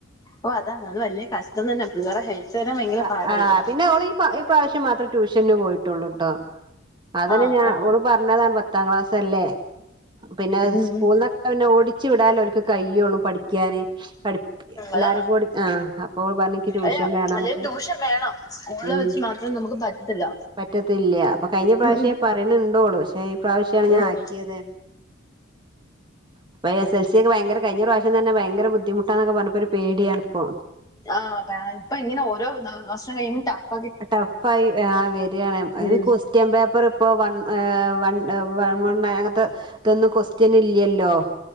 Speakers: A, on the left; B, on the right.
A: ഓഹ് അതാണ് അത് വലിയ കഷ്ടം തന്ന പിള്ളേരെ ഹെൽത്ത് തന്നെ ഭയങ്കര
B: ആഹ്
A: പാടല്ലേ
B: ആഹ് പിന്നെ ഓള് ഈ ഈ പ്രാവിശ്യം മാത്രേ ട്യൂഷന് പോയിട്ടൊള്ളൂട്ടോ അതന്നെ
A: ആഹ്
B: ഞാ
A: ആഹ്
B: ഓള് പറഞ്ഞതാണ് പത്താം ക്ലാസ്സല്ലേ പിന്നെ
A: ഉം
B: സ്കൂൾന്നൊക്കെ
A: ഉം
B: പിന്നെ ഓടിച്ചു വിടാലലൊള്ളൂകയ്യോള്ളൂ പഠിക്കാന് പഠി എല്ലാരും
A: അതാ
B: കൂടി ആഹ്, അപ്പോൾ പറഞ്ഞ് ഇൻക് ട്യൂഷൻ
A: അല്ല
B: വേണം
A: അല്ലേലും
B: ന്ന്
A: ട്യൂഷൻ വേണം സ്കൂളിൽ
B: ഉം,
A: വെച്ച് മാത്രം നമുക്ക് പറ്റത്തില്ല
B: പറ്റത്തില്ല അപ്പൊ കഴിഞ്ഞ പ്രാവശ്യേ
A: ഉം ഉം
B: പറിന് ണ്ടോള്, പക്ഷേ ഈ പ്രാവശ്യാണ്
A: ഉം
B: ഞാൻ
A: ഉം
B: ആക്കിയത്. അപ്പ എസ് എൽ സി ഒക്കെ ഭയങ്കര കഴിഞ്ഞ പ്രാവശ്യം തന്നെ ഭയങ്കര ബുദ്ധിമുട്ടന്നക്കെ പറഞ്ഞപ്പോ ഒരു പേടിയാണ് ഇപ്പൊ
A: ആ ഇപ്പ ഇങ്ങനെ ഓരോ വർഷം കഴിയ്മ്പോ ട
B: ടഫ് ആയി ആ വരിയാണ് അതിന്
A: ഉം
B: ക്വസ്റ്റ്യൻ പേപ്പർ ഇപ്പൊ വ ഏ വ വൺ അങ്ങനത്തെ ഇതൊന്നും ക്വസ്റ്റ്യൻ ഇല്ലല്ലോ